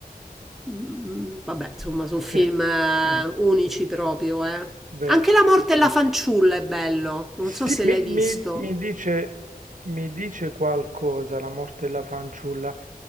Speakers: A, in the centre; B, on the right.
A: Mm, Vabbè, insomma, sono film
B: sì,
A: eh, unici proprio, eh.
B: vero.
A: Anche La morte e la fanciulla è bello. Non
B: Sì,
A: so se
B: mi,
A: l'hai visto.
B: mi- mi dice, mi dice qualcosa la morte della fanciulla.